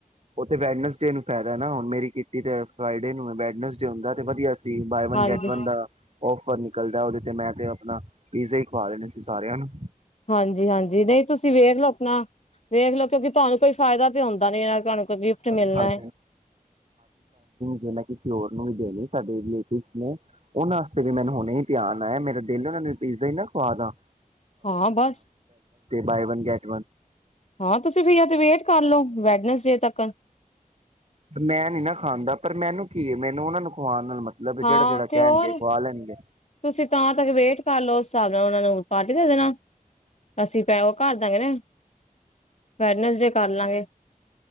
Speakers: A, on the right; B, on the left.
A: ਉਥੇ ਵੈਡਨਸਡੇ ਨੂੰ ਫੇਦਾ ਏ ਨਾ, ਹੁਣ ਮੇਰੀ ਕੀਟੀ ਤੇ ਫਰਾਈਡੇ ਨੂੰ ਵੇਡਨਸਡੇ ਹੁੰਦਾ ਤੇ ਵਧੀਆ ਸ ਬਾਏ ਵਨ
B: ਹਾਂਜੀ
A: ਗੈਟ ਵਨ ਦਾ ਔਫ। ਪਰ ਨਿਕਲਦਾ ਉਦੇ ਤੇ ਮੈਂ ਤੇ ਆਪਣਾ ਪੀਜ਼ਾ ਈ ਖਵਾ ਦੇਣੇ ਸੀ। ਸਾਰਿਆਂ ਨੂੰ।
B: ਹਾਂਜੀ-ਹਾਂਜੀ ਨਹੀਂ ਤੁਸੀਂ ਵੇਖ ਲਓ ਅਪਣਾ। ਵੇਖਲਓ। ਕਿਉਂਕਿ ਤੁਹਾਨੂੰ ਕੋਈ ਫਾਇਦਾ ਤੇ ਹੁੰਦਾ ਨੀ। ਕੋਈ ਗਿਫਟ
A: ਪਡਿੰਗ
B: ਮਿਲਣਾ ਹੈ
A: ਜਿੜ ਕਿ ਪਿਓਰ ਨੂੰ ਵੀ ਦੇ ਲਈ <unintelligible> ਸਾਡੇ ਰੇਲਤਿਵ ਨੇ ਉਹਨਾਂ ਵਾਸਤੇ ਵੀ ਮੈਨੂੰ ਹੁਣੇ ਧਿਆਨ ਆਇਆ ਮੇਰਾ ਦਿਲ ਉਹਨਾਂ ਨੂੰ ਪੀਜਦਾ ਹੀ ਨਾ ਖਵਾ ਦਾ
B: ਹਾਂ ਬਸ
A: ਬਾਈ ਗੈਟ
B: ਹਾਂ ਤੁਸੀਂ ਫ ਤੇ ਵੇਟ ਕਰ ਲਓ ਵੈਡ ਨਸਡੇ ਤੱਕਨ
A: ਮੈਂ ਨੀ ਨਾ ਖਾਣਦਾ ਪਰ ਮੈਨੂੰ ਕੀ ਮੈਨੂੰ ਉਹਨਾਂ ਨੁਕਵਾਉਣ ਨਾਲ ਮਤਲਬ ਹੈ, ਜਿਹੜਾ
B: ਹਾਂ
A: ਜਿਹੜਾ
B: ਉੱਥੇ
A: ਕਹਿਣਗੇ
B: ਹੋਰ
A: ਖਵਾ ਲੈਣਗੇ
B: ਤੇ ਤਾਂ ਤੱਕ ਵੇਟ ਕਰਲਓ ਤੁਹਾਡੇ ਨਾਲ ਉਹਨਾਂ ਨੂੰ ਪਾਰਟੀ ਦੇ ਦੇਣਾ ਅਸੀਂ ਪੈ ਕਰ ਦਾ ਗੇ ਨਾ ਵੈਨਸਡੇ ਕਰ ਲਾਂਗੇ